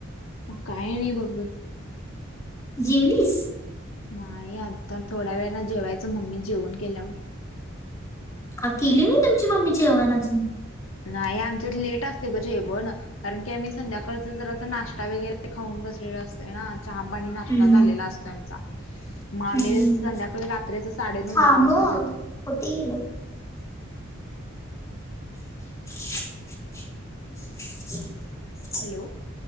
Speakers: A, on the left; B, on the left.
A: मग काय नाही बघ बाई.
B: जिवलीस?
A: नाही आता थोड्या वेळाला जेवायचं मम्मी जेवण केल्यावर.
B: आ केली नाही तुमची मम्मी जेवण अजून?
A: नाही आमच्यात लेट असतय ग जेवण. कारण की आम्ही संध्याकाळच जरस नाश्ता वगैरे खाऊन बसलेलो असतोय ना. चहा पाणी नाश्ता
B: हम्म,
A: झालेला असतोय आमचा. म
B: हम्म.
A: आम्ही संध्याकाळी रात्री साडेनऊ
B: थांब
A: दहा वाजता जेवतोय.
B: कुठे गेल? <inaudible>
A: हॅलो.